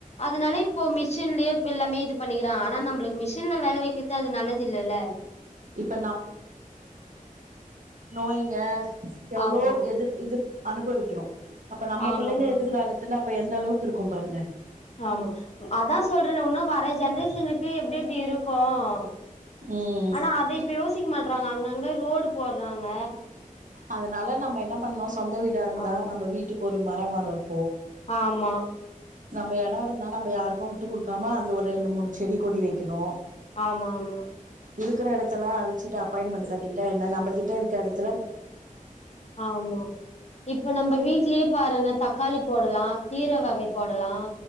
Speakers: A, on the left; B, on the right.
A: அதனால இப்போ மிஸ் மிஷின்ளே இப்ப எல்லாமே இது பண்ணிகிறா ஆனா நம்ளுக்கு மிஷின்ல வேல வக்குறது அது நல்லது இல்லல்ல
B: இப்ப நோயிங்க எவ்ளோ
A: ஆமா
B: எதிர் இது அனுபவிக்கிறோம அப்ப நம்ம
A: ஆமா
B: புள்ளங்க
A: தோழி
B: எதிர்காலத்ல இப்ப எந்த அளவுக்கு இருக்கு பாருங்க
A: ஆமா அதா சொல்றேனே இன்னு வர ஜென்ரேஷனுக்கு எப்டி எப்டி இருக்கு அ
B: ம்
A: ஆனா அத இப்ப யோசிக்க மாட்ட அப்பறங்க அங்கங்க ரோடு போட்றாங்க
B: அதனால நம்ம என்ன பண்ணோ சொந்த வீடா இருந்தா
A: ஆமா
B: நம்ம வீட்டுக்கு ஒரு மர வளர்
A: ஆமா
B: நம்ப இட இருந்தா நம்ப யாருக்கு விட்டு குடுக்காம அதுல ஒரு ரெண்டு மூனு செடி கொடி வெக்கணு
A: ஆமா ஆமா
B: இருக்குற இடத்துல அழிச்சிட்டு அப்பாய்மெண்ட் கட்டிட்டா என்ன நம்பகிட்ட இருக்க இடத்து
A: ஆமா இப்ப நம்ப வீட்லயே பாருங்க தக்காளி போடலா கீர வகை போடலா